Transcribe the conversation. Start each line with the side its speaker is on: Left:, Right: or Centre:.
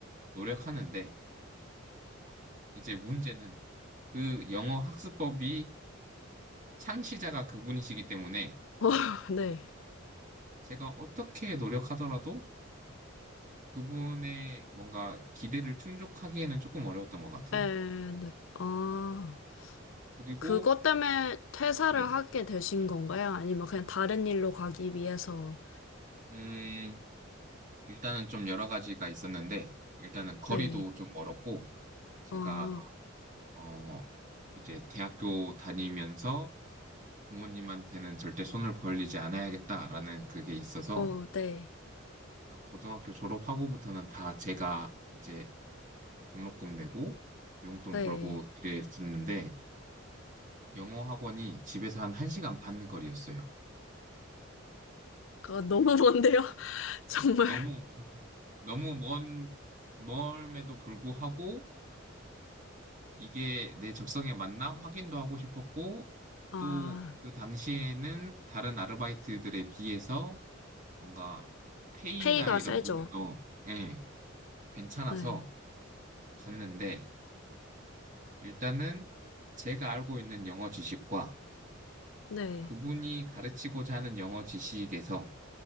Right: 노력하는데 이제 문제는 그 영어 학습법이 창시자가 그분이시기 때문에
Left: 어, <laughs> 네.
Right: 제가 어떻게 노력하더라도 그분의 뭔가 기대를 충족하기에는 조금 어려웠던 것 같아요.
Left: 네, 네. 아,
Right: 그리고,
Left: 그것 때문에 퇴사를
Right: 네.
Left: 하게 되신
Right: 게요
Left: 건가요? 아니면 그냥 다른 일로 가기 위해서?
Right: 음, 일단은 좀 여러 가지가 있었는데, 일단은 거리도
Left: 네.
Right: 좀 멀었고, 제가,
Left: 어,
Right: 어, 어, 이제 대학교 다니면서 부모님한테는 절대 손을 벌리지 않아야겠다라는 그게 있어서,
Left: 어, 네,
Right: 고등학교 졸업하고부터는 다 제가 이제 등록금 내고 용돈
Left: 네.
Right: 벌고 이랬었는데 영어 학원이 집에서 한 1시간 반 거리였어요.
Left: 그거 너무
Right: 그래서
Left: 먼데요? <laughs> 정말.
Right: 너무 너무 먼 멀음에도 불구하고 이게 내 적성에 맞나 확인도 하고 싶었고
Left: 아,
Right: 또 그 당시에는 다른 아르바이트들에 비해서 뭔가 페이나
Left: 페이가
Right: 이런
Left: 세죠.
Right: 부분도 예, 괜찮아서
Left: 네.
Right: 갔는데 일단은 제가 알고 있는 영어 지식과
Left: 네,
Right: 그분이 가르치고자 하는 영어 지식에서